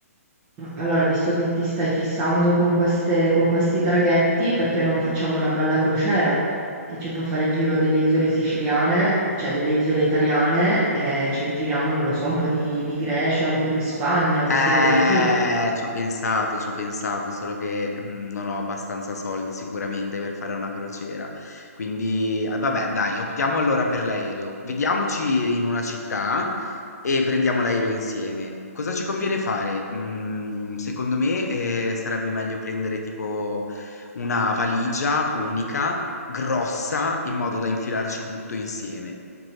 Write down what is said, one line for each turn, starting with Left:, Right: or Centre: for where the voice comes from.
Right: Allora, visto che ti stai fissando con queste- con questi traghetti, perché non facciamo una bella crociera che ci fa fare il giro delle isole siciliane, cioè delle isole italiane, e ci giriamo, non lo so, un po' di, di Grecia, un po' di Spagna,
Left: Eh,
Right: queste cose così.
Left: ci ho pensato, ci ho pensato, solo che mm, non ho abbastanza soldi sicuramente per fare una crociera. Quindi, ah, vabbè, dai, optiamo allora per l'aereo. Vediamoci in una città e prendiamo l'aereo insieme. Cosa ci conviene fare? Mm, secondo me, eh, sarebbe meglio prendere tipo una valigia unica, grossa, in modo da infilarci tutto insieme,